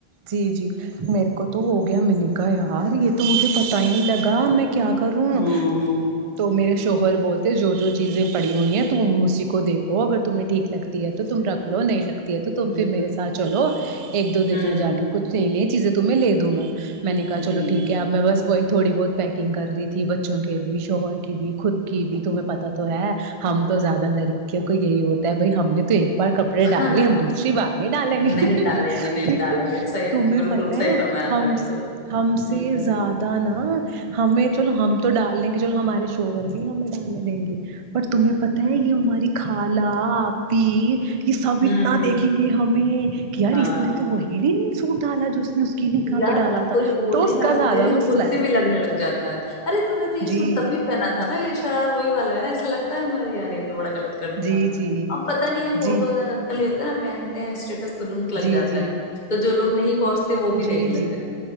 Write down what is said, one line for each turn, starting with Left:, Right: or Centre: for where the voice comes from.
Right: جی جی میرے کو تو ہو گیا میں نے کہا یار یہ تو مجھے پتا ہی نہیں لگا میں کیا کروں
Left: ہوں
Right: تو میرے شوہر بول جو جو چیزیں پڑی ہوئی ہیں تم اسی کو دیکھو اگر تمہیں ٹھیک لگتی ہے تو تم رکھ لو نہیں لگتا تو تم
Left: ہ
Right: پھر میرے سات چلو ایک دو دن
Left: ہوں
Right: میں جا کے کچھ نہیں نہیں چیزیں تمہیں میں لے دوں گا میں نے
Left: ہوں
Right: کہا چلو
Left: جی
Right: ٹھیک
Left: جی
Right: ہے اب میں بس وہی تھوڑی بہت پیکنگ کر رہی تھی بچوں کے بھی شوہر کی بھی خود کی بھی تمہیں پتتا تو ہے ہم تو زیادہ لڑکی یہی ہوتا ہے بھائی ہم نے تو تو ایک بار کپڑے ڈالیں
Left: ہاں ہاں
Right: ہم
Left: ہاں
Right: دوسری بار نہیں ڈالیں گے د
Left: نہیں ڈالیں گے نہیں ڈالیں گے صحیح
Right: تمہیں
Left: بالکل
Right: پتہ
Left: صحیح
Right: ہے
Left: فرمایا آپ
Right: ہم
Left: نے بالکل
Right: ہم سے
Left: ہوں ہوں
Right: زیادہ نا ہمیں چلو ہم تو ڈال لیں گے چلو ہمارے شوہر بھی ہمیں ڈالنے دیں گے پر تمہیں پتا ہے یہ ہماری خالہ آپی کہ سب
Left: ہوں
Right: اتنا دیکھیں
Left: ہوں
Right: گے ہمیں یار
Left: ہاں
Right: اس نے تو وہی سوٹ ڈالا نے اس کی نکاح
Left: یار
Right: پہ ڈالا
Left: کوئی
Right: تھا
Left: بولے
Right: تو اس
Left: نہ
Right: کا
Left: بولے
Right: زیادہ
Left: لیکن
Right: مسئلہ
Left: خش سے
Right: ہے
Left: بھی لگنے لگ جاتا ہے ارے ت نے تو یہ
Right: جی
Left: سوٹ تب بھی پہنا تھا نا یہ شرار وہی والا ہے ایسا لگتا ہے ار ممار یارہ ہے تو بڑا غط کر دیا
Right: جی
Left: ہم نے
Right: جی
Left: اب پتا نہیں ہے فوٹو
Right: جی
Left: نکلی ہو سا پہن اسٹیٹس ترنت لگ
Right: جی
Left: جاتا
Right: جی
Left: ہے تو جو لگ نہیں پہنچتے
Right: جی
Left: بھی دیکھ لیتے
Right: جی
Left: ہیں